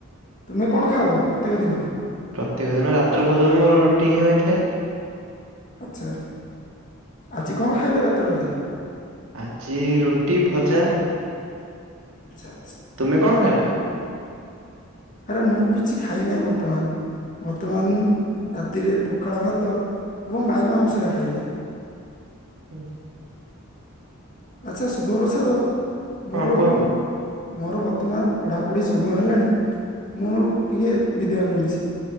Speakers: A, on the left; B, on the right.
A: ତୁମେ କଣ ଖାଅ ପ୍ରତ୍ୟେକ ଦିନ?
B: ପ୍ରତ୍ୟେକ ଦିନ ରାତ୍ର ଭୋଜନ ମୋର ରୁଟି ହିଁ ହୋଇଥାଏ।
A: ଆଛା ଆଜି କଣ ଖାଇଲେ ରାତ୍ରରେ?
B: ଆଜି ରୁଟି ଭଜା।
A: ଆଛା ଛା
B: ତୁମେ କଣ ଖାଇଲ?
A: ଆରେ ମୁଁ କିଛି ଖାଇ ନାହିଁ ବର୍ତ୍ତମାନ। ବର୍ତ୍ତମାନ ରାତିରେ ପଖାଳ ଭାତ ଏବଂ ବାଇଗଣ ମସଲା ଖାଇଲି।
B: <inaudible>
A: ଆଚ୍ଛା ଶୁଭପ୍ରସାଦ ମୋର?
B: ହଁ କୁହନ୍ତୁ
A: ମୋର ବର୍ତ୍ତମାନ ପଢ଼ାପଢ଼ି ସମୟ ହେଲାଣି ମୁଁ ଟିକେ ବିଦାୟ ନେଉଚି।